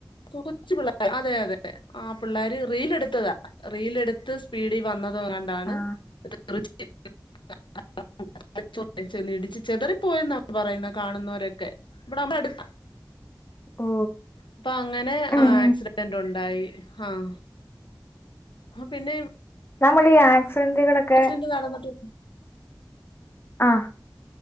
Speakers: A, on the left; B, on the left.
A: കൊച്ചു പിള്ളേർ അതെ അതെ ആ പിള്ളേര് റീൽ എടുത്തതാ. റീലെടുത്ത് സ്പീഡിൽ വന്നതുകൊണ്ടാണ്
B: ആ
A: <unintelligible> <unintelligible> <unintelligible> ഇടിച്ചു ചെതറിപ്പോയെന്ന പറയുന്നെ കാണുന്നവരൊക്കെ ഇവിടെ നമ്മുടെ അടുത്താണ്
B: ഓ
A: ഇപ്പൊ അങ്ങനെ
B: ഉം
A: ആ ആക്സിഡന്റുണ്ടായി ആഹ ആ പിന്നെ
B: നമ്മൾ ഈ ആക്സിഡന്റുകളൊക്കെ
A: ആക്സിഡന്റ് നടന്നിട്ട്
B: ആ